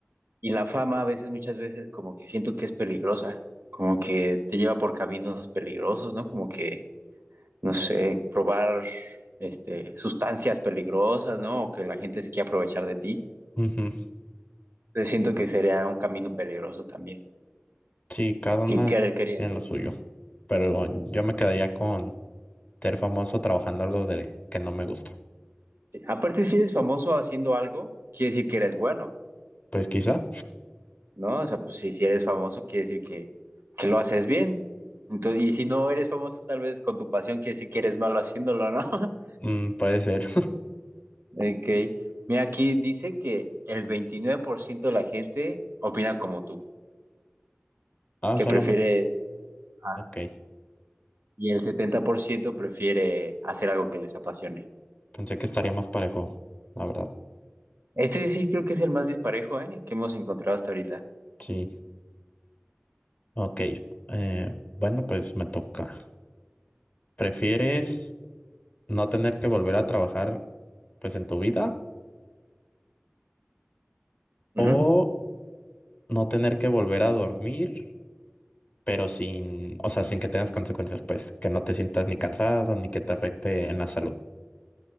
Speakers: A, on the right; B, on the left.
A: Y la fama a veces, muchas veces, como que siento que es peligrosa, como que te lleva por caminos peligrosos, ¿no? Como que, no sé, probar este, sustancias peligrosas, ¿no? O que la gente se quiera aprovechar de ti.
B: Ujú.
A: Entonces siento que sería un camino peligroso también,
B: Sí, cada una
A: sin querer queriendo.
B: tiene lo suyo, pero yo me quedaría con ser famoso trabajando algo de que no me gusta.
A: Aparte, si eres famoso haciendo algo, quiere decir que eres bueno,
B: Pues quizá,
A: ¿no? O sea, pues si, si eres famoso, quiere decir que, que lo haces bien. Entonces, y si no eres famoso, tal vez con tu pasión, quiere decir que eres malo haciéndolo, ¿no? <laughs>
B: mm, puede ser. <laughs>
A: Ok. Mira, aquí dice que el 29% de la gente opina como tú,
B: Ah,
A: que
B: solamente.
A: prefiere, ah,
B: Ok,
A: y el 70% prefiere hacer algo que les apasione.
B: Pensé que estaría más parejo, la verdad.
A: Este sí creo que es el más disparejo, ¿eh? que hemos encontrado hasta ahorita.
B: Sí, ok. Eh, bueno, pues me toca. ¿Prefieres no tener que volver a trabajar, pues en tu vida? ¿O
A: Ujú.
B: no tener que volver a dormir, pero sin, o sea, sin que tengas consecuencias, pues, que no te sientas ni cansado ni que te afecte en la salud?